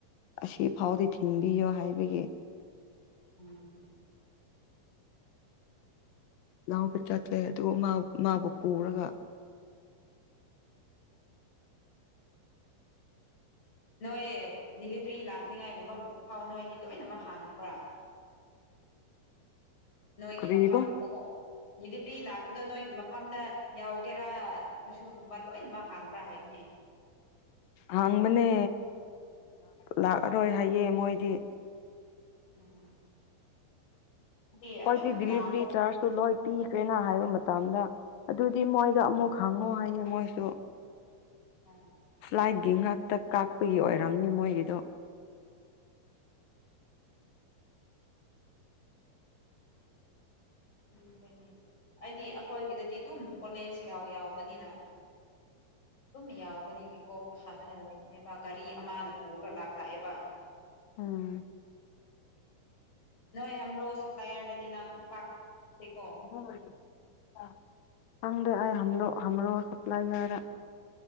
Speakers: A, on the left (about 75°); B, on the left (about 40°).
A: ꯑꯁꯤ ꯐꯥꯎꯗꯤ ꯊꯤꯟꯕꯤꯌꯣ ꯍꯥꯏꯕꯒꯤ
B: <unintelligible>
A: ꯂꯥꯎꯕ ꯆꯠꯂꯦ ꯑꯗꯨꯒ ꯃꯥꯕꯨ ꯄꯨꯔꯒ
B: ꯅꯣꯏ ꯗꯤꯂꯤꯚ꯭ꯔꯤ ꯂꯥꯛꯅꯤꯉꯥꯏꯒꯨꯝꯕ ꯐꯥꯎ ꯅꯣꯏꯗꯤ ꯂꯣꯏꯅꯃꯛ ꯍꯥꯡꯕ꯭ꯔꯥ ꯅꯣꯏꯒꯤ
A: ꯀꯔꯤꯕ
B: ꯃꯐꯝꯒꯨꯝꯕꯒ ꯕꯤꯖꯤꯄꯤ ꯂꯥꯛꯄꯗꯣ ꯅꯣꯏꯒꯤ ꯃꯐꯝꯗ ꯌꯥꯎꯒꯦꯔꯥ ꯑꯁꯤꯒꯨꯝꯕ ꯂꯣꯏꯅꯃꯛ ꯍꯥꯡꯕ꯭ꯔꯥ ꯍꯥꯏꯕꯅꯦ
A: ꯍꯥꯡꯕꯅꯦ ꯂꯥꯛꯑꯔꯣꯏ ꯍꯥꯏꯌꯦ ꯃꯣꯏꯗꯤ
B: ꯎꯝ ꯗꯤ ꯑꯗꯨꯝ
A: ꯀꯣꯏꯗꯤ ꯗꯗꯤꯂꯤꯚꯔꯤ
B: ꯂꯥꯛꯄꯅꯤ
A: ꯆꯥꯔꯖꯁꯨ ꯂꯣꯏ ꯄꯤꯈ꯭ꯔꯦꯅ ꯍꯥꯏꯕ ꯃꯇꯝꯗ ꯑꯗꯨꯗꯤ ꯃꯣꯏꯗ ꯑꯃꯨꯛ ꯍꯪꯉꯨ ꯍꯥꯏꯌꯦ ꯃꯣꯏꯁꯨ
B: ꯑ
A: ꯂꯥꯏꯠꯒꯤ ꯉꯥꯛꯇ ꯀꯥꯛꯄꯒꯤ ꯑꯣꯏꯔꯝꯅꯤ ꯃꯣꯏꯒꯤꯗꯣ
B: ꯗ꯭ꯔꯦꯅꯦ ꯑꯩꯗꯤ ꯑꯩꯈꯣꯏꯒꯤꯗꯗꯤ ꯑꯗꯨꯝ ꯀꯣꯂꯦꯖ ꯌꯥꯎ ꯌꯥꯎꯕꯅꯤꯅ ꯑꯗꯨꯝ ꯌꯥꯎꯒꯅꯤ ꯀꯣꯛꯇ ꯍꯥꯜꯂꯒ ꯂꯩꯒꯅꯦꯕ ꯒꯥꯔꯤ ꯑꯃꯅ ꯄꯨꯔꯒ ꯂꯥꯛ ꯂꯥꯛꯑꯦꯕ
A: ꯎꯝ
B: <unintelligible> ꯁꯞꯄ꯭ꯂꯥꯏꯌꯥꯔꯗꯗꯤ ꯅꯪ ꯄꯥꯥꯛꯇꯦꯀꯣ
A: <unintelligible>